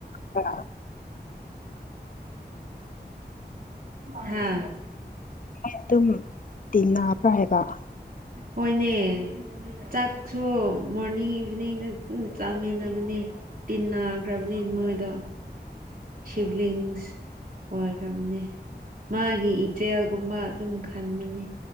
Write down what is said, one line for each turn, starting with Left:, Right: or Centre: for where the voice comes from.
Left: ꯗ
Right: ꯍꯥ
Left: ꯑꯗꯨꯝ ꯇꯤꯟꯅꯕ꯭ꯔꯥ ꯍꯥꯏꯕ
Right: ꯍꯣꯏꯅꯦ ꯆꯥꯛꯁꯨ ꯃꯣꯔꯅꯤꯡ ꯏꯚꯤꯅꯤꯡꯅ ꯆꯥꯃꯤꯟꯅꯕꯅꯦ ꯇꯤꯟꯅꯈ꯭ꯔꯕꯅꯤ ꯃꯣꯏꯗꯣ ꯁꯤꯕꯂꯤꯡꯁ ꯑꯣꯏꯈ꯭ꯔꯕꯅꯤ ꯃꯥꯒꯤ ꯏꯆꯦꯜꯒꯨꯝꯕ ꯑꯗꯨꯝ ꯈꯟꯕꯅꯤ